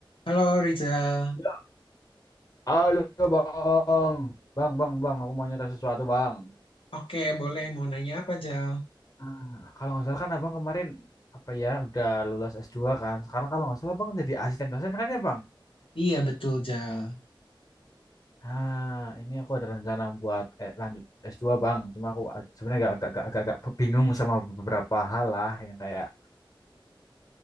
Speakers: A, on the left; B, on the left.
A: Halo Rizal.
B: Ya, Halo bang, bang, bang, bang, aku mau nyata sesuatu bang.
A: Oke, boleh. Mau nanya apa, Jal?
B: Ah, kalau nggak salah kan abang kemarin apa ya udah lulus s dua kan. Sekarang kalau nggak salah bang jadi asisten dosen kan ya bang.
A: Iya, betul, Jal.
B: Nah ini aku ada rencana buat eh, lanjut s dua, bang. Cuma aku ag- sebenarnya agak agak, agak agak bingung sama beberapa hal lah yang kayak